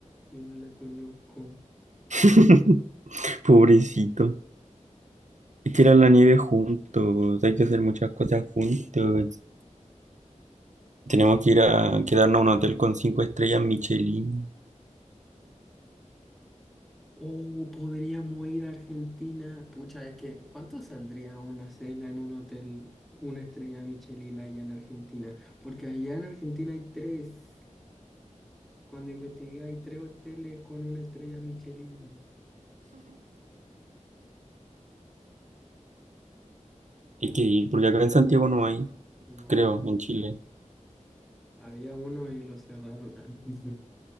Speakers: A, in the centre; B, on the right.
A: yo no la conozco.
B: <laughs> Pobrecito. Es que era la nieve juntos. Hay que hacer muchas cosas juntos. Tenemos que ir a quedarnos a un hotel con cinco estrellas Michelin.
A: O podríamos ir a Argentina. Pucha, es que ¿cuánto saldría una cena en un hotel, una estrella Michelin allá en Argentina? Porque allá en Argentina hay tres. Cuando investigué hay tres hoteles con una estrella Michelin.
B: Hay que ir, porque acá en Santiago no hay,
A: No,
B: creo,
A: no hay.
B: en Chile.
A: Había uno y lo cerraron. <laughs>